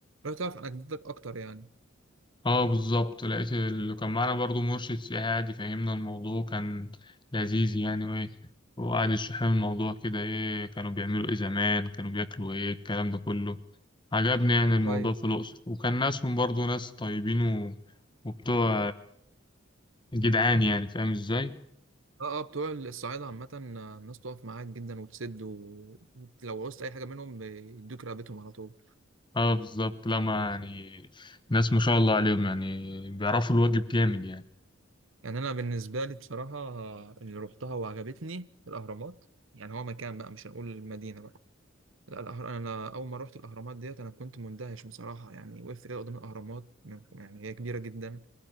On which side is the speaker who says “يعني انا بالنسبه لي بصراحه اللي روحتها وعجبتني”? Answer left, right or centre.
Right